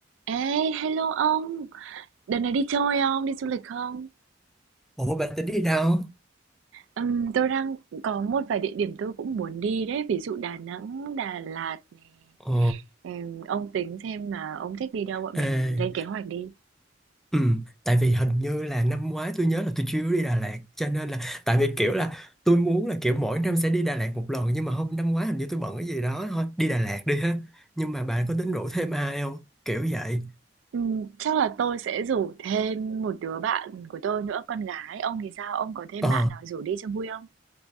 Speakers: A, on the right; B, in the centre.
A: Ê, hello ông, đợt này đi chơi không, đi du lịch không?
B: Ủa bà tính đi đâu?
A: Ừm, tôi đang có một vài địa điểm tôi cũng muốn đi đấy, ví dụ Đà Nẵng, Đà Lạt này
B: Ờ,
A: Ừm, ông tính xem mà ông thích đi đâu, bọn
B: ê,
A: mình lên kế hoạch đi.
B: ừ, tại vì hình như là năm ngoái tôi nhớ là tôi chưa đi Đà Lạt cho nên là tại vì kiểu là tôi muốn là kiểu mỗi năm sẽ đi Đà Lạt một lần nhưng mà hôm năm ngoái hình như tôi bận cái gì đó thôi đi Đà Lạt đi ha nhưng mà bà có tính rủ thêm ai không kiểu vậy
A: Ừm, chắc là tôi sẽ rủ thêm một đứa bạn của tôi nữa, con gái. Ông thì sao? Ông có thêm
B: ờ
A: bạn nào rủ đi cho vui không?